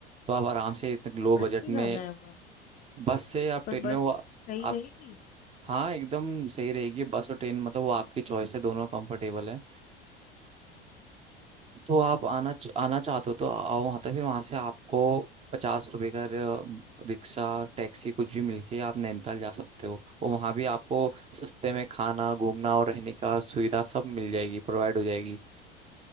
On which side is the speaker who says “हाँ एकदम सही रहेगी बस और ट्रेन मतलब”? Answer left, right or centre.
Right